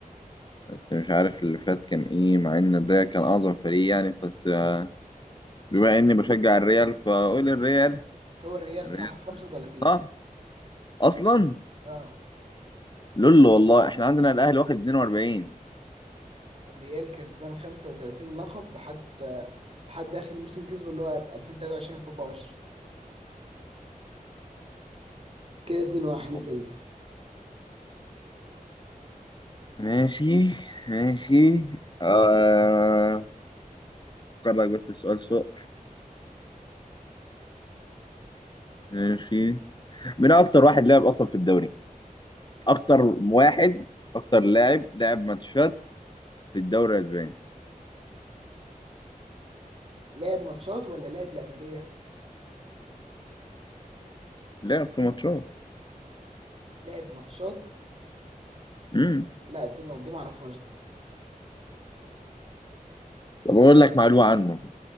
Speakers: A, on the left; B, on the right.
A: بس مش عارف اللي فات كان إيه مع إن الريال كان أعظم فريق يعني بس آه بما إني بشجع الريال فأقول الريال
B: هو الريال
A: الريال
B: صح 35
A: صح أصلا
B: اه
A: لولو والله إحنا عندنا الأهلي واخد 42
B: الريال كسبان 35 لقب حتى لحد اخر موسم كسبه اللي هو 2023 في 24 كده 2-1 اسال
A: والله.
B: انت
A: ماشي ماشي آه أفكر لك بس في سؤال سوء ماشي مين أكتر واحد لعب أصلا في الدوري؟ أكتر واحد أكتر لاعب لعب ماتشات في الدوري الأسباني
B: لعب ماتشات ولا لعب لأندية؟
A: لعب في ماتشات
B: لعب ماتشات
A: امم
B: لا دي ما دي ما اعرفهاش دي
A: طب أقول لك معلومة عنه